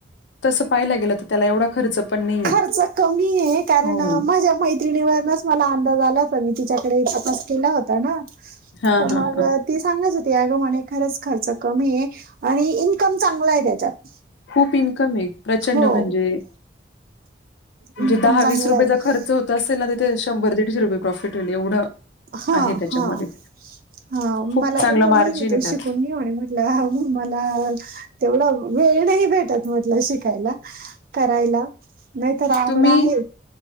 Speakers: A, on the left; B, on the right.
A: तसं पायलागेलं त, त्याला एवढा खर्च पण नाहीये.
B: खर्च कमीये, कारण
A: हो.
B: माझ्या मै त्रिणीवरनच मला अंदाज आला होता, मी तिच्याकडे तपास केला होता ना,
A: हां,
B: त
A: हां,
B: मग
A: हां.
B: ती सांगात होती, अग म्हणे खरंच खर्च कमीये, आणि इन्कम चांगलाय, त्याच्यात.
A: खूप इन्कमे, प्रचंड
B: हो
A: म्हणजे, म्हणजे
B: इन्कम
A: दहा
B: चांगला
A: वीस रुपयेचा
B: आहे.
A: खर्च होत असेल ना, तिथे शंभर, दीडशे रुपये प्रॉफिट होईल एवढं.
B: हा,
A: आहे त्याच्यामध्ये
B: हा, हा,
A: खूप
B: मला
A: चांगलं
B: पण बोलली
A: मार्जिन
B: होती तू
A: आहे
B: शिकून
A: त्यात
B: घे. म्हणे, म्हटलं हा म मला तेवढा वेळ नाही भेटत म्हटलं शिकायला. करायला, नाही तर आवड
A: तुम्ही
B: आहे.